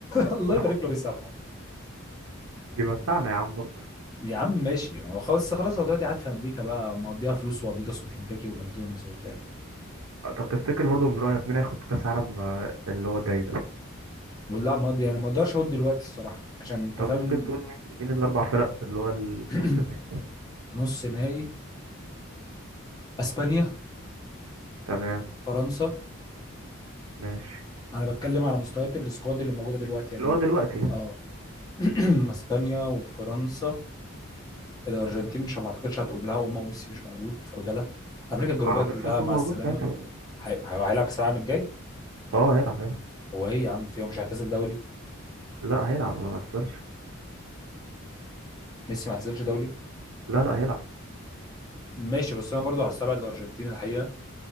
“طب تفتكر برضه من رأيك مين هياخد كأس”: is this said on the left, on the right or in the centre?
Right